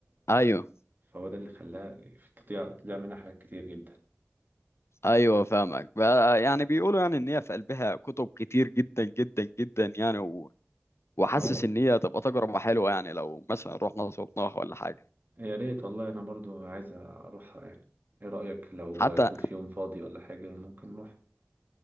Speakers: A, on the left (about 65°); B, on the right (about 45°).
A: أيوه
B: فهو ده اللي خلاها تضيع تضيع منها حاجات كتير جدا
A: أيوه فاهمك بقى يعني بيقولوا يعني إن هي في قلبها كتب كتير جدا جدا جدا يعني و... وحاسس
B: اه
A: إن هي تبقى تجربة حلوة يعني لو مثلا رحنا صوتناها ولا حاجة
B: يا ريت والله انا برضو عايز اروحها يعني ايه رأيك لو
A: حتى
B: اشوف يوم فاضي ولا حاجة ممكن نروح